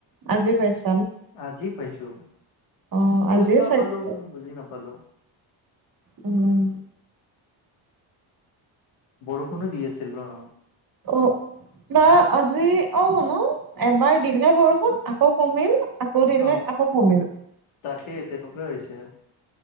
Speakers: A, on the right (about 45°); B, on the left (about 85°).
A: আজি পাইছ
B: আজি পাইছো
A: অ আজিয়ে
B: ক'ত বা
A: চাগে
B: পালো মই বুজি নাপালো।
A: উম
B: বৰষুণো দি আছিল ন
A: অ বা আজি অ ন এবাৰ দিলে বৰষুণ আকৌ কমিল আকৌ দিলে
B: অ
A: আকৌ কমিল
B: তাকে তেনেকুৱা হৈছে।